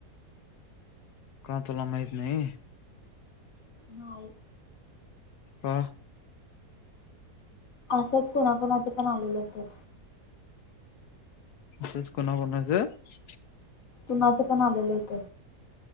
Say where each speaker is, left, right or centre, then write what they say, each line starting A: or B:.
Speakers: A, on the left (about 75°); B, on the left (about 60°).
A: का तुला माहित नाही
B: नाही
A: का
B: असंच कुणाकुणाचं पण आलेलं होत
A: असच कोणा कोण अस
B: कुनाचं पण आलेलं होथ